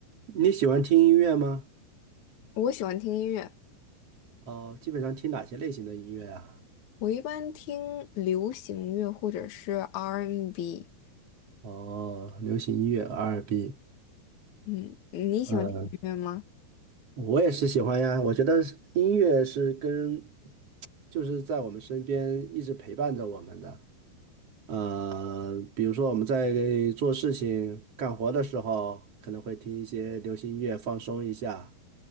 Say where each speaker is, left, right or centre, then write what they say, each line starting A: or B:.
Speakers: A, on the right; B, on the left.
A: 你喜欢听音乐吗？
B: 我喜欢听音乐，
A: 哦，基本上听哪些类型的音乐啊？
B: 我一般听流行乐或者是 R&B。
A: 哦，流行音乐、R&B。
B: 嗯，你喜欢听音乐吗？
A: 嗯，我也是喜欢呀。我觉得是音乐是跟，就是在我们身边一直陪伴着我们的。呃，比如说我们在做事情、干活的时候，可能会听一些流行音乐放松一下。